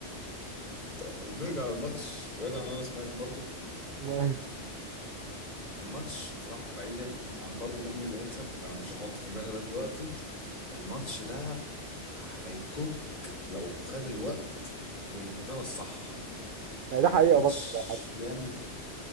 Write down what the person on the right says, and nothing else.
أيوة.
يعني
ده حقيقة
برضه صراحة